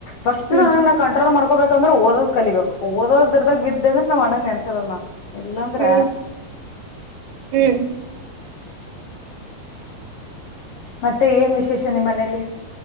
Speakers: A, on the left; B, on the right.
A: ಫಸ್ಟ್
B: ಹ್ಮ್
A: ನನಗ್ ನಾ ಕಂಟ್ರೋಲ್ ಮಾಡ್ಕೋಬೇಕಂದ್ರೆ ಓದ್ ಕಲಿಬೇಕು ಓದ ದರ್ದಾಗ ಬಿದ್ದೆಂದ್ರೆ ನ್ ಅಣ್ಣಗ್ ನೆನಪ ಇರಲ್ಲ ನಾನ್ ಇಲ್ಲಂದ್ರ
B: ಹ್ಮ್ ಹ್ಮ್
A: ಮತ್ತೆ ಏನ್ ವಿಶೇಷ ನಿಮ್ಮನೇೆಯಲ್ಲಿ